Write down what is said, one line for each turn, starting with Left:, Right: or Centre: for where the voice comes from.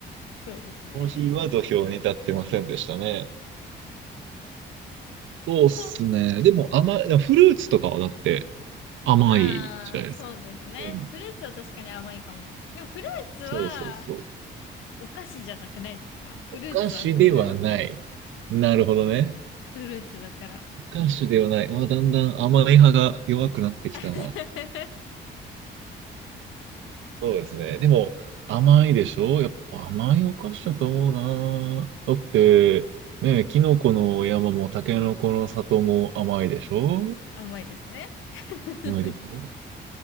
Left: そうですね。
Right: コーヒーは土俵に立ってませんでしたね。そうっすね。
Left: こ
Right: でも甘い、でもフルーツとかはだって甘いじゃないですか。
Left: ああ、そうですね。
Right: うん。
Left: フルーツは確かに甘いかも。でもフルーツは
Right: そうそうそう。
Left: お菓子じゃなくないですかフルーツはフルーツ、
Right: お菓子ではない。なるほどね。
Left: フルーツだから。
Right: お菓子ではない。あ、だんだん甘い派が弱くなってきたな。
Left: <laughs>
Right: そうですね。でも、甘いでしょやっぱ甘いお菓子だと思うな。だって、ねえ、キノコの山もタケノコの里も甘いでしょ
Left: 甘いですね。<laughs>
Right: 甘いでしょ